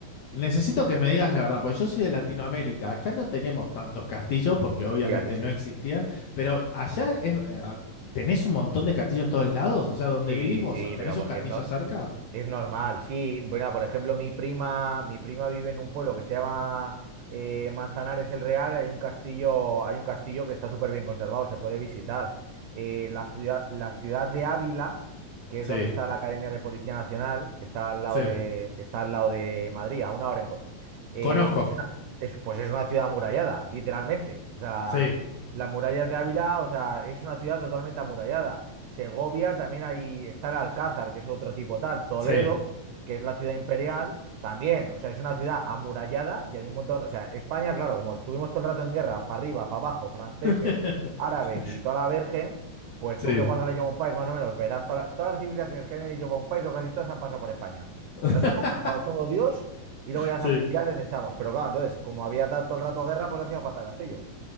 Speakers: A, on the left; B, on the right.
A: Necesito que me digas la verdad, porque yo soy de Latinoamérica. Acá no tenemos tantos castillos, porque obviamente
B: Sí, aquí sí.
A: no existían, pero allá es- eh, tenés un montón de castillos en todos lados. O sea, donde
B: Sí,
A: vivís vos,
B: sí,
A: ¿tenés
B: pero
A: un
B: porque
A: castillo
B: es, no,
A: cerca?
B: es normal. Sí, bueno, por ejemplo, mi prima, mi prima vive en un pueblo que se llama eh, Manzanares el Real, y hay un castillo, hay un castillo que está súper bien conservado, se puede visitar. Eh, la ciudad, la ciudad de Ávila, que es
A: Sí,
B: donde está la Academia de Policía Nacional, que está al lado
A: sí,
B: de, está al lado de Madrid, a una hora en coche. Eh,
A: Conozco.
B: es una, es, pues es una ciudad amurallada, literalmente. O sea,
A: sí,
B: las murallas de Ávila, o sea, es una ciudad totalmente amurallada Segovia, también ahí está el Alcázar, que es otro tipo tal, Toledo,
A: sí.
B: que es la ciudad imperial, también, o sea, es una ciudad amurallada y hay un montón, o sea, España, claro, como estuvimos todo el rato en guerra, para arriba, para abajo, franceses,
A: <laughs>
B: árabes y toda la virgen, pues
A: Sí.
B: tú que juegas a Age of Empires, más o menos, verás toda la- todas las civilizaciones que hay en Age of Empires o casi todas han pasado por España.
A: <laughs>
B: Nos han conquistado todo Dios y luego ya, las
A: Sí.
B: han- y ya les echamos. Pero claro, entonces, como había ta- todo el rato guerra, pues hacían falta castillos,